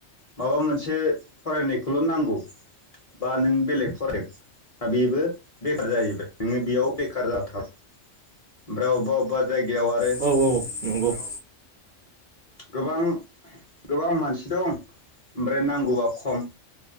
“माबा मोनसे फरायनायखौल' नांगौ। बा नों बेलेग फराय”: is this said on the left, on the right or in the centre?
Left